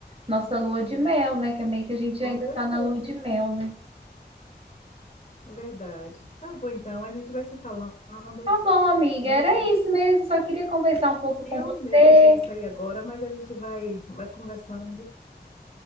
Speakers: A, on the right (about 35°); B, on the left (about 45°).
A: nossa lua de mel, né? Que é meio que a gente ainda
B: com certeza,
A: tá na lua de mel, né?
B: é verdade. Tá bom, então, a gente vai se falando,
A: Tá bom, amiga,
B: viu?
A: era isso mesmo. Só queria conversar um pouco com
B: Eu
A: você.
B: preciso sair agora, mas a gente vai, vai conversando.